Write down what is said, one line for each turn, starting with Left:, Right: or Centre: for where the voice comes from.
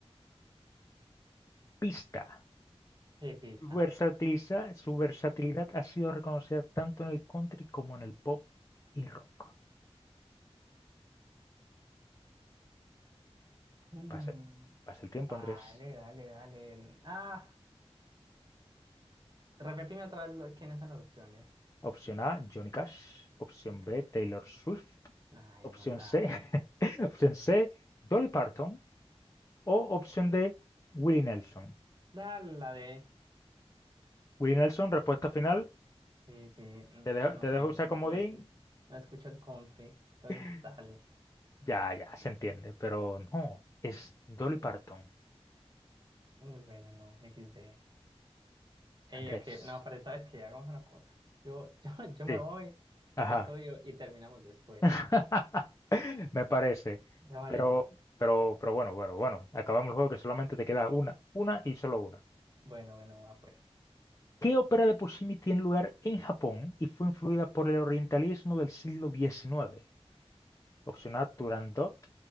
Left: Pista.
Right: Sí, pista.
Left: Su versatiliza- su versatilidad ha sido reconocida tanto en el country como en el pop y rock.
Right: Mm,
Left: Pasa, pasa el tiempo,
Right: Vale,
Left: Andrés.
Right: dale, dale. Ah, repetime otra vez lo- quiénes son las opciones.
Left: Opción A, Johnny Cash. Opción
Right: Creo
Left: B, Taylor
Right: que. no.
Left: Swift.
Right: Ay,
Left: Opción
Right: manda.
Left: C, <laughs> opción C, Dolly Parton. O opción D, Willie Nelson.
Right: Dale la de.
Left: Willie Nelson, respuesta final.
Right: Sí, sí, n-
Left: Te dejo,
Right: eh, no
Left: te
Right: sé,
Left: dejo usar
Right: n-
Left: comodín.
Right: no escucho, no escucho el country. Entonces,
Left: <laughs>
Right: dale.
Left: Ya, ya, se entiende, pero no, es Dolly Parton,
Right: Muy bueno, no, XD. Ey,
Left: Andrés.
Right: aunque, no, pero sabes que hagamos una cosa. Yo, <laughs> yo, yo me
Left: Sí,
Right: voy,
Left: ajá.
Right: estudio y terminamos después.
Left: <laughs> Me parece.
Right: ¿Te parece?
Left: Pero, pero, pero bueno, bueno, bueno. Acabamos el juego que solamente te queda una, una y solo una.
Right: Bueno, bueno, va pues.
Left: ¿Qué ópera de Puccini tiene lugar en Japón y fue influida por el orientalismo del siglo XIX? Opción A, Turandot.